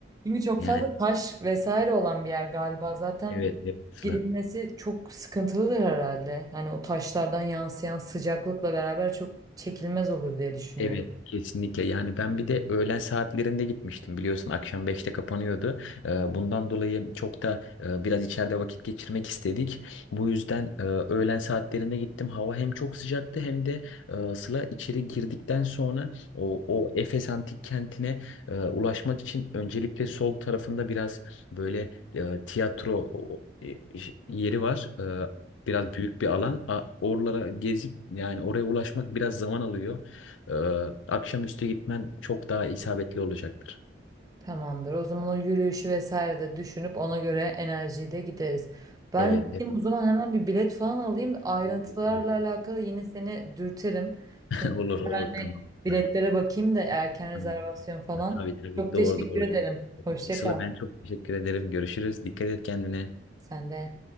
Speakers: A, on the right; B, on the left.
A: çünkü çok
B: Yani
A: fazla taş vesaire olan bir yer galiba. Zaten
B: evet evet Sıla.
A: gidilmesi çok sıkıntılıdır herhalde. Hani o taşlardan yansıyan sıcaklıkla beraber çok çekilmez olur diye düşünüyorum.
B: Evet kesinlikle yani ben bir de öğlen saatlerinde gitmiştim biliyorsun akşam beşte kapanıyordu Ee, bundan dolayı çok da e, biraz içeride vakit geçirmek istedik bu yüzden e, öğlen saatlerinde gittim hava hem çok sıcaktı hem de e, Sıla içeri girdikten sonra o, o Efes Antik Kenti'ne e, ulaşmak için öncelikle sol tarafında biraz böyle e, tiyatro o- e, yeri var E, Biraz büyük bir alan. A- Oralara gezip yani oraya ulaşmak biraz zaman alıyor. Ee, akşamüstü gitmen çok daha isabetli olacaktır.
A: Tamamdır. O zaman o yürüyüşü vesaire de düşünüp ona göre enerjiyi de gideriz. Ben
B: Evet,
A: gideyim
B: evet.
A: o zaman hemen bir bilet falan alayım. Ayrıntılarla
B: Olur olur
A: alakalı yine seni dürterim. Şimdi
B: <laughs> Olur, olur,
A: hemen bir
B: tamam. Sıla.
A: biletlere bakayım da erken rezervasyon
B: Hmm,
A: falan.
B: Tabii tabii
A: Çok
B: doğru
A: teşekkür
B: doğru.
A: ederim. Hoşça
B: Sıla
A: kal.
B: ben çok teşekkür ederim. Görüşürüz. Dikkat et kendine.
A: Sen de.